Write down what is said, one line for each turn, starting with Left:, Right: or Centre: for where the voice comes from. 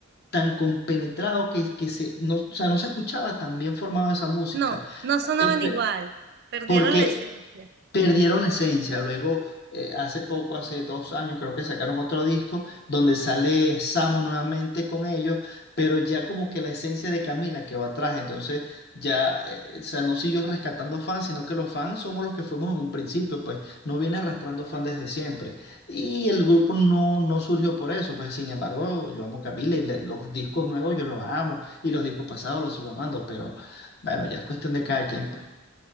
Left: tan compenetrado que, que se, no, o sea, no se escuchaba tan bien formada esa música.
Right: No, no sonaban
Left: Eh, pe-
Right: igual, perdieron
Left: porque
Right: la esencia.
Left: perdieron la esencia. Luego, eh, hace poco, hace dos años, creo que sacaron otro disco donde sale Samo nuevamente con ellos, pero ya como que la esencia de Camila quedó atrás. Entonces, ya, eh, o sea, no siguió rescatando fans, sino que los fans somos los que fuimos en un principio, pues no viene arrastrando fans desde siempre. Y el grupo no, no surgió por eso, pues sin embargo, yo amo Camila y le- los discos nuevos yo los amo y los discos pasados los sigo amando, pero bueno, ya es cuestión de cada quien, pues.